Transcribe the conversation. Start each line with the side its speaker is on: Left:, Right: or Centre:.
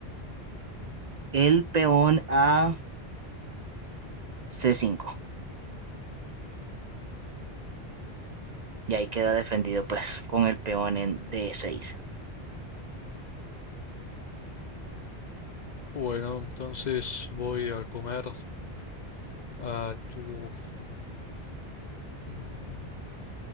Right: el peón a c cinco Y ahí queda defendido, pues, con el peón en d seis
Left: Bueno, entonces voy a comer a tu... mm,